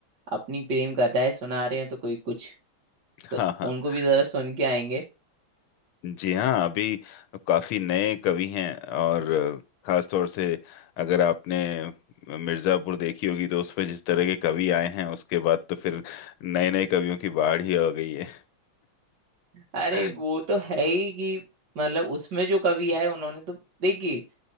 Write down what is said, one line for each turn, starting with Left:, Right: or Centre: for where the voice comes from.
Right: अपनी प्रेम कथाएं सुना रहे हैं तो कोई कुछ
Left: <laughs>
Right: तो उनको भी जरा सुन के आएंगे
Left: जी हाँ अभी काफी नए कवि हैं और खास तौर से अगर आपने मिर्जापुर देखी होगी तो उसमें जिस तरह के कवि आए हैं उसके बाद तो फिर नए नए कवियों की बाढ़ ही आ गई है
Right: अरे
Left: <laughs>
Right: वो तो है ही कि मतलब उसमें जो कवि आए उन्होंने तो देखिए